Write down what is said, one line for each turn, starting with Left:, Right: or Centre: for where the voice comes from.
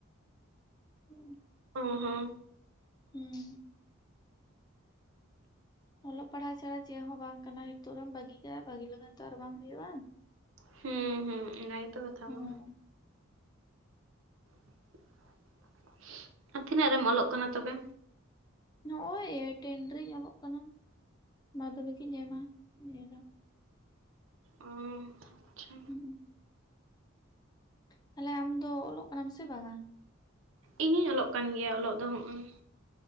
Left: ᱦᱩᱸ <inaudible>
Right: ᱠᱚ ᱦᱚᱸ
Left: ᱦᱩᱸ᱾ ᱚᱞᱚᱜ ᱯᱟᱲᱦᱟᱜ ᱪᱷᱟᱲᱟ ᱪᱮᱫ ᱦᱚᱸ ᱵᱟᱝ ᱠᱟᱱᱟ ᱱᱤᱛᱚᱜ ᱨᱮᱢ ᱵᱟᱹᱜᱤ ᱠᱟᱜᱼᱟ ᱵᱟᱹᱜᱤ ᱞᱟᱜᱟᱱ ᱛᱚ ᱟᱨ ᱵᱟᱝ ᱦᱳᱭᱩᱜᱼᱟ ᱾
Right: ᱦᱩᱸ ᱦᱩᱸ ᱚᱱᱟ ᱜᱮᱛᱚ ᱠᱟᱛᱷᱟ
Left: ᱦᱚᱸ
Right: ᱢᱟ ᱾ ᱟᱨ ᱛᱤᱱᱟᱹᱜ ᱨᱮᱢ ᱚᱞᱚᱜ ᱠᱟᱱᱟ ᱛᱚᱵᱮ?
Left: ᱱᱚᱜ ᱚᱭ ᱴᱮᱱ ᱨᱮᱧ ᱚᱞᱚᱜ ᱠᱟᱱᱟ ᱢᱟᱫᱽᱫᱷᱚᱢᱤᱠ ᱤᱧ ᱮᱢᱟ ᱱᱤᱭᱟᱹ ᱫᱷᱟᱣ᱾
Right: ᱚ ᱟᱪᱪᱷᱟ᱾
Left: ᱦᱩᱸ ᱛᱟᱦᱚᱞᱮ ᱟᱢ ᱫᱚ ᱚᱞᱚᱜ ᱠᱟᱱᱟᱢ ᱥᱮ ᱵᱟᱝᱼᱟ?
Right: ᱤᱧ ᱦᱩᱧ ᱚᱞᱚᱜ ᱠᱟᱱ ᱜᱮᱭᱟ ᱚᱞᱚᱜ ᱫᱚ ᱦᱚᱜᱼᱚᱭ ᱾